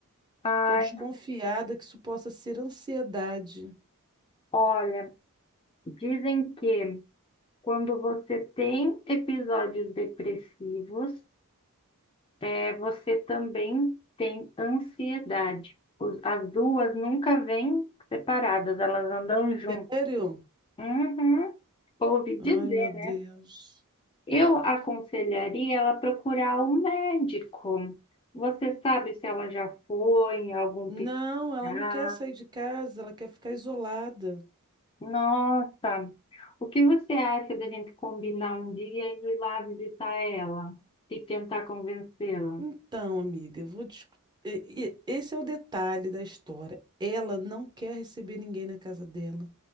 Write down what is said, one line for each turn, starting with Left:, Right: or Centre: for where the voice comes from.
Left: Ai,
Right: Estou desconfiada que isso possa ser ansiedade.
Left: olha, dizem que quando você tem episódios depressivos, é, você também tem ansiedade. Os- As duas nunca vêm separadas, elas andam juntas.
Right: Sério?
Left: Uhum, ouvi
Right: Ai,
Left: dizer.
Right: meu Deus.
Left: Eu aconselharia ela procurar um médico. Você sabe se ela já foi, em algum
Right: Não,
Left: psiquiatra?
Right: ela não quer sair de casa, ela quer ficar isolada.
Left: Nossa, o que você acha da gente combinar um dia e ir lá visitar ela e tentar convencê-la?
Right: Então, amiga, eu vou discu- e- e- Esse é o detalhe da história. Ela não quer receber ninguém na casa dela.